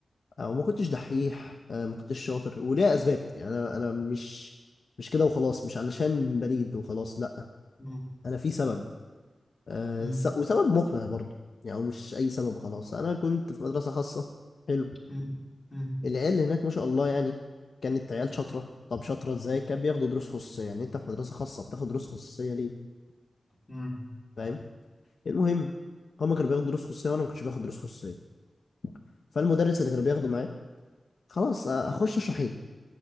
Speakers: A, on the left; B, on the left.
A: آه، وما كنتش دحيح آه، ما كنتش شاطر وليا اسبابي يعني انا انا مش مش كده وخلاص مش علشان بليد وخلاص لا
B: مم.
A: انا في سبب آه،
B: مم.
A: س- وسبب مقنع برضه يعني هو مش أي سبب خلاص أنا كنت في مدرسة خاصة حلو
B: مم. مم.
A: العيال هناك ما شاء الله يعني كانت عيال شاطرة طب شاطرة إزاي كان بياخدوا دروس خصوصية يعني أنت في مدرسة خاصة بتاخد دروس خصوصية ليه
B: مم.
A: فاهم المهم هما كانوا بياخدوا دروس خصوصية وأنا ما كنتش باخد دروس خصوصية فالمدرس اللي كان بياخده معايا خلاص آه، هخش أشرح إيه